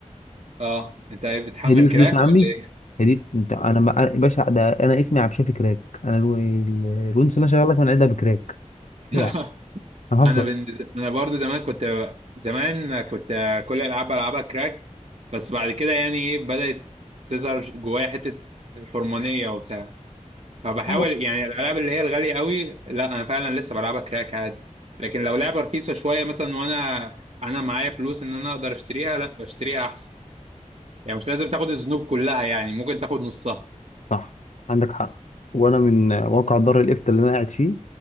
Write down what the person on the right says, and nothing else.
اه انت إيه، بتحمل
كراك
ولا ايه
<laughs>
انا بن... انا برضو زمان كنت زمان كنت كل العاب بلعبها كراك بس بعد كده يعني ايه بدأت تظهر جوايا حتة الحرمانية وبتاع فبحاول
يعني الالعاب اللي هي الغاليه قوي لا انا فعلا لسه بلعبها كراك عادي لكن لو لعبه رخيصه شويه مثلا وانا انا معايا فلوس ان انا اقدر اشتريها لا بشتريها احسن يعني مش لازم تاخد الذنوب كلها يعني ممكن تاخد نصها <laughs>